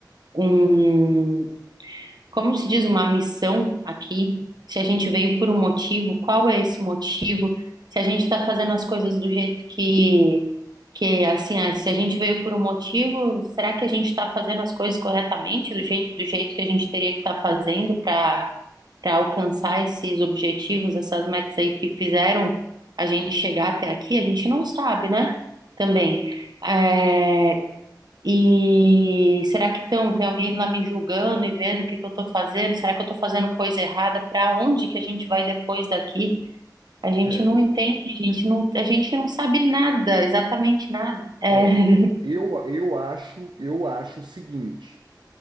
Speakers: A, on the right; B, on the right.
A: um como se diz, uma missão aqui, se a gente veio por um motivo, qual é esse motivo? Se a gente está fazendo as coisas do jeito que, que assim, ah, se a gente veio por um motivo, será que a gente está fazendo as coisas corretamente, do jeito, do jeito que a gente teria que estar fazendo para para alcançar esses objetivos, essas metas aí que fizeram a gente chegar até aqui? A gente não sabe, né? Também. É, e será que tão, tem alguém lá me julgando e vendo o que que eu estou fazendo? Será que eu estou fazendo coisa errada? Para onde que a gente vai depois daqui? A gente
B: É,
A: não entende, a gente não, a gente não sabe nada, exatamente nada. É,
B: é. Eu, eu acho, eu acho o seguinte.